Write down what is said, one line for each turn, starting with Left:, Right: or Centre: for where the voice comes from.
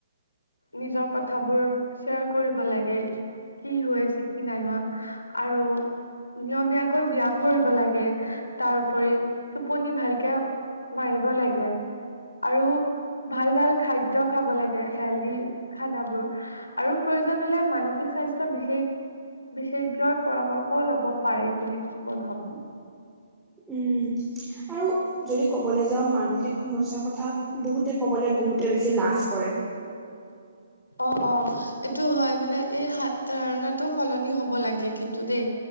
Left: নিজৰ কথাবোৰ শ্বেয়াৰ কৰিব লাগে। কি হৈ আছে, কি নাই হোৱা, আৰু নিয়মীয়া কৈ ব্যয়াম কৰিব লাগে, তাৰ উপৰি টোপনি ভালকে মাৰিব লাগে। আৰু ভাল ভাল খাদ্য খাব লাগে, হেলদি খানাবোৰ। আৰু প্ৰয়োজন হ'লে মানসিক স্বাস্থ্য বিশেষ বিশেষজ্ঞৰ পৰামৰ্শ ল'ব পাৰি বুলি মই ভাবোঁ।
Centre: উম। আৰু যদি কবলৈ যাওঁ, মানসিক সমস্যাৰ কথা বহুতে কবলে বহুতে বেছি লাজ কৰে।
Left: অ' অ', এইটো হয়। মানে, এই সাত ধাৰণাটো সলনি হ'ব লাগে। কিন্তু দেই,